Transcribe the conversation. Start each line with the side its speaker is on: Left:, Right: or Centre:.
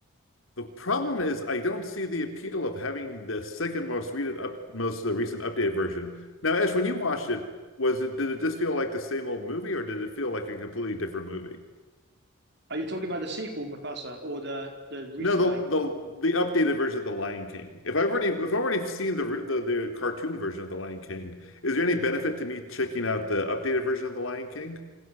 Left: The problem is I don't see the appeal of having the second most readed up most the recent updated version. Now, Ash, when you watched it, was it did it just feel like the same old movie or did it feel like a completely different movie?
Right: Are you talking about the sequel, Mufasa, or the the recent
Left: No, the
Right: Lion King?
Left: the the updated version of The Lion King. If I've already if I've already seen the the, the cartoon version of The Lion King, is there any benefit to me checking out the updated version of The Lion King?